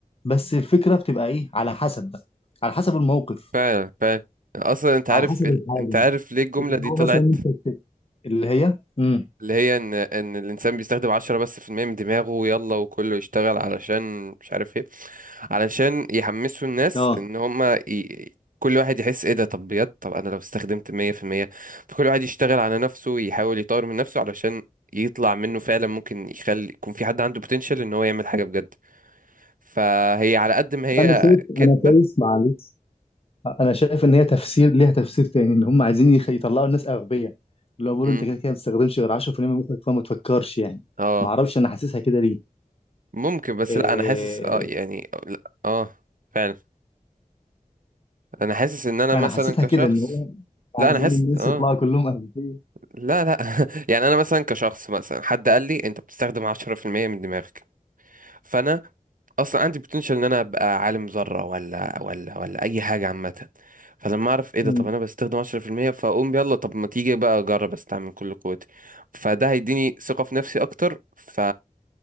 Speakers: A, on the left; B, on the right.
A: بس الفكره بتبقى ايه على حسب بقى على حسب الموقف
B: فعلا فعلا اصلا انت عارف
A: على حسب
B: ال...
A: الحاجه
B: انت عارف ليه الجملة
A: اللي
B: دي
A: هو
B: طلعت
A: مثلا انت بت- اللي هي امم
B: اللي هي ان ان الانسان بيستخدم عشرة بس في المية من دماغه يلا وكله يشتغل علشان مش عارف ايه علشان يحمسوا الناس
A: اه
B: ان هما ي... كل واحد يحس ايه ده طب بجد طب انا لو استخدمت مية في المية فكل واحد يشتغل على نفسه يحاول يطور من نفسه علشان يطلع منه فعلا ممكن يخلي يكون في حد عنده potential ان هو يعمل حاجة بجد فهي على قد ما هي
A: انا شايف
B: كدبة
A: انا شايف معلش انا شايف ان هي تفسير ليها تفسير تاني ان هم عايزين يخ- يطلعوا الناس اغبياء اللي هو بيقولوا
B: مم.
A: انت كده كده ما بتستخدمش غير 10% من مخك فما تفكرش يعني
B: اه
A: ما اعرفش انا حاسسها كده ليه
B: ممكن بس
A: إيه...
B: لا انا حاسس اه يعني لا اه فعلا انا حاسس ان انا
A: انا
B: مثلا
A: حسيتها
B: كشخص
A: كده ان هو
B: لا
A: عايزين
B: انا حاسس
A: الناس
B: اه
A: يطلعوا كلهم اغبياء
B: لا لا <laughs> يعني انا مثلا كشخص مثلا حد قال لي انت بتستخدم 10% من دماغك فانا اصلا عندي بوتنشال ان انا ابقى عالم ذره ولا ولا ولا اي حاجه عامه فلما اعرف ايه ده
A: أمم.
B: طب انا بستخدم 10% فاقوم يلا طب ما تيجي بقى اجرب استعمل كل قوتي فده هيديني ثقه في نفسي اكتر ف